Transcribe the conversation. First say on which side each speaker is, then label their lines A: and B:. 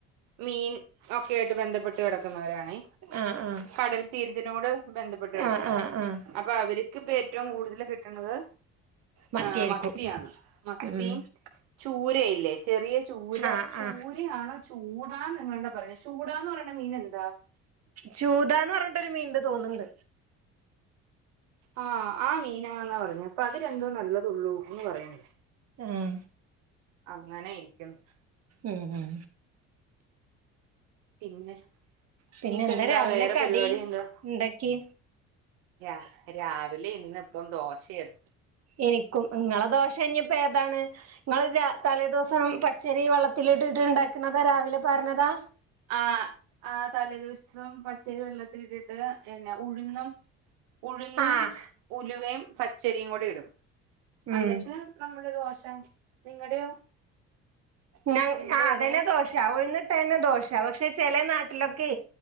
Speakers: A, on the right; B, on the right.
A: മീൻ ഒക്കെ ആയിട്ട് ബന്ധപ്പെട്ട കിടക്കുന്നവരാണ്.
B: ആഹ് ആഹ്.
A: കടൽ തീരത്തിനോട് ബന്ധപ്പെട്ട കിടക്കണവരാ,
B: ആഹ് ആഹ് ആഹ്
A: അപ്പൊ അവർക്ക് ഏറ്റവും കൂടുതൽ കിട്ടണത്.
B: മത്തിയായിരിക്കും
A: ആഹ് മത്തിയാണ് മത്തിയും.
B: ഉം
A: ചൂരയില്ലേ ചെറിയ ചൂര
B: ആഹ്
A: ചൂരയാണ്.
B: ആഹ്
A: ചൂട് എങ്ങാണ്ട് പറഞ്ഞേ, ചൂടാന്ന് പറയണ മീനെന്താ?
B: ചൂതാന്ന് പറഞ്ഞിട്ടൊരു മീനിന്റെ തോന്നുണ്ട്.
A: ആഹ് ആഹ് മീൻ ആണെന്ന് പറഞ്ഞേ, അപ്പം അത് രണ്ടും നല്ലതുള്ളൂന്ന് പറയുണ്ട്.
B: ആഹ്.
A: അങ്ങനെ ഇരിക്കുന്നു.
B: ഉം
A: പിന്നെ
B: പിന്നെ
A: ഇനിയിപ്പോ എന്താ
B: രാവിലെ
A: വേറെ
B: കടി
A: പരിപാടി എന്താ?
B: ഇണ്ടാക്കി
A: രാ രാവിലെ ഇന്നിപ്പം ദോശയാണ്.
B: എനിക്കും ഇങ്ങളെ ദോശ ഇനിയിപ്പം ഏതാണ്. ഇങ്ങളെ ത തലേദിവസം പച്ചരി വെള്ളത്തിലിട്ടിട്ട് ഇണ്ടാക്കണത് രാവിലെ പരന്നതാ.
A: ആഹ് ആഹ് തലേദിവസം പച്ചരി വെള്ളത്തിലിട്ടിട്ട് എന്നാ ഉഴുന്നും. ഉഴുന്നും
B: ആഹ്
A: ഉലുവയും പച്ചരിയും കൂടി ഇടും,
B: ഉം
A: അന്നിട്ട്. നമ്മുടെ ദോശ നിങ്ങടെയോ?
B: ഞ
A: നിങ്ങടെ
B: ആഹ്
A: പേരെയാ
B: അതെന്നെ ദോശ ഉഴുന്നിട്ട് തന്നെ ദോശ പക്ഷെ ചെല നാട്ട ട്ടിലൊക്കെ